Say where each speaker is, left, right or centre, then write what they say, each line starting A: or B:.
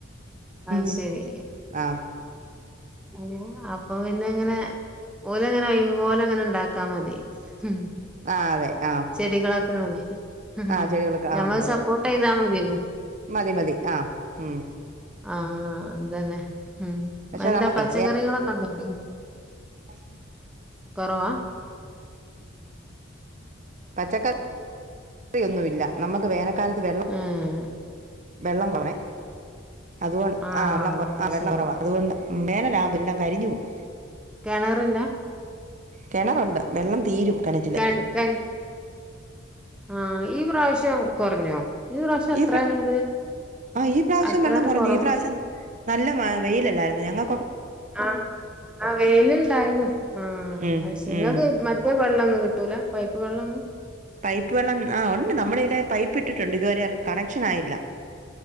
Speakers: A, in the centre; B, on the right.
A: അയ്
B: ഉം
A: ശരി
B: ആ
A: അത അപ്പൊ പിന്ന ഇങ്ങനെ ഓലങ്ങനെ ഓയ്വ്പോലെ അങ്ങനെ ഉണ്ടാക്കാ മതി ഉ
B: ആ അതെ ആ
A: ചെടികളൊ ആ പോയി <unintelligible>
B: ആ ചെടികളൊക്കെ
A: ഞമ്മള്
B: ആ അതെ
A: സപ്പോർട്ട് ചെയ്താൽ മതിയ
B: മതി മതി ആ് ഉം
A: ആ അതന്നെ ഉം
B: പക്ഷെ
A: എന്താ
B: നമുക്കേ
A: പച്ചക്കറികളൊക്കെണ്ട
B: ഓ
A: കൊറോവാ
B: പച്ചക്കറിഒന്നുമില്ല നമ്മുക്ക് വേനക്കാലത്ത് വെള്ളം
A: ഏഹ്
B: വെള്ളം കുറവാണ് അതുകൊണ്ട്
A: ആഹ്
B: ആ വെള്ളം
A: അത്
B: ആ വെള്ളം
A: ശരി
B: കുറവാ അതുകൊണ്ട് ഉ വേന ലാമ്പ എല്ലാം കരിഞ്ഞപോകും
A: കിണറില്ല
B: കിണറുണ്ട് വെള്ളം തീരും കിണറ്റിലെ
A: കേണ് കേ ആ ഈ പ്രാവശ്യം കുറഞ്ഞോ? പ്രാവശ്യം അത്ര
B: ഈ പ്രാ
A: അങ്ങട്
B: ആ ഈ പ്രാവശ്യം
A: അത്രണ്ട്
B: വെള്ളം കുറഞ്ഞു
A: കുറവ്
B: ഈ പ്രാവശ്യം നല്ല മാ വെയിലല്ലായിരുന്നൊ ഞങ്ങ
A: ആഹ് ആ വെയിലുണ്ടായിനു ആഹ്
B: ഉം
A: അയ് ശെരി
B: ഉം
A: ങ്ങക്ക് മറ്റേ വെള്ളൊന്നും കിട്ടൂല പൈപ്പ് വെള്ളൊന്നും?
B: പൈപ്പ് വള്ളം ആ ഉണ്ട് നമ്മള്തിലെ പൈപ്പ് ഇട്ടിട്ടുണ്ട് ഇത് വരെ യാണ് കണക്ഷൻ ആയില്ല.